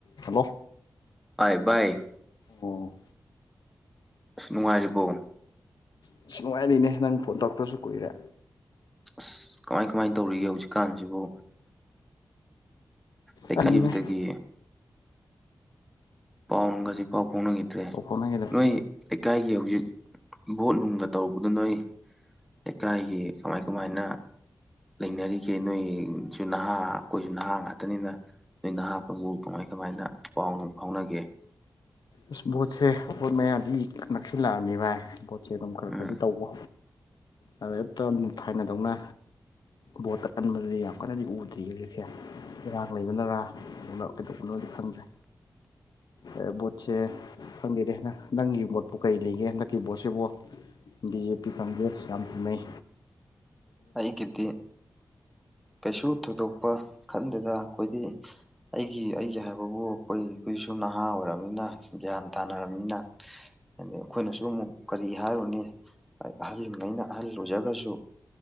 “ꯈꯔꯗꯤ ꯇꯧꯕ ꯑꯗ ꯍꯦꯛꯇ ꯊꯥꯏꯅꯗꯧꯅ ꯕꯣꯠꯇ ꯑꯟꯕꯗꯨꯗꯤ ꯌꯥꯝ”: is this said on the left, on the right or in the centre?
Left